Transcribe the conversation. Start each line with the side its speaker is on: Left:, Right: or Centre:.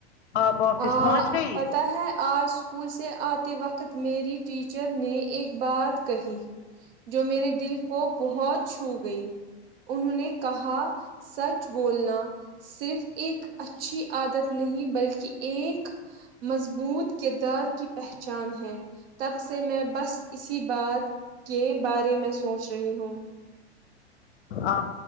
Left: آپ آفس
Right: آ
Left: پہنچ گئی
Right: پتہ ہے آج اسکول سے آتے وقت میری ٹیچر نے ایک بات کہی جو میرے دل کو بہت چھو گئی انہوں نے کہا سچ بولنا صرف ایک اچھی عادت نہیں بلکی ایک مضبوط کردار کی پہچان ہے تب سے میں بس اسی بات کے بارے میں سوچ رہی ہوں
Left: آ